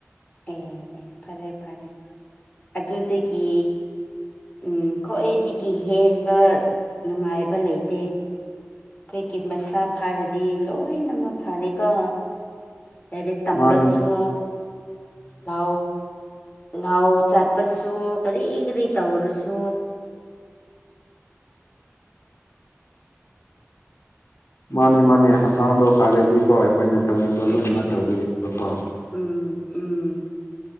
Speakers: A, on the left (about 30°); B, on the left (about 60°).
A: ꯑꯦ ꯑꯦ ꯐꯔꯦ ꯐꯔꯦ ꯑꯗꯨꯗꯒꯤ ꯎ ꯈ꯭ꯋꯥꯏꯗꯒꯤ ꯍꯦꯟꯕ ꯅꯨꯡꯉꯥꯏꯕ ꯂꯩꯇꯦ ꯀꯩꯀꯠ ꯃꯁꯥ ꯐꯥꯔꯒꯦ ꯗꯤ ꯂꯣꯏꯅꯃꯛ ꯐꯥꯔꯦꯀ ꯂꯥꯏꯔꯤꯛ ꯇꯝꯕꯁꯨ
B: ꯃꯥꯅꯤ
A: ꯂ ꯂꯥꯎ ꯆꯥꯠꯄꯁꯨ ꯀꯔꯤ ꯀꯔꯤ ꯇꯧꯔꯁꯨ
B: ꯃꯥꯅꯤ ꯃꯥꯅꯦ ꯍꯛꯆꯥꯡꯗꯣ ꯐꯔꯗꯤꯀꯣ ꯑꯩꯈꯣꯏꯅ ꯇꯧꯅꯤꯡꯕ
A: ꯎꯝ
B: ꯂꯣꯏꯅꯃꯛ ꯇꯧꯕꯤ ꯌꯥꯕꯀꯣ
A: ꯎꯝ ꯎꯝ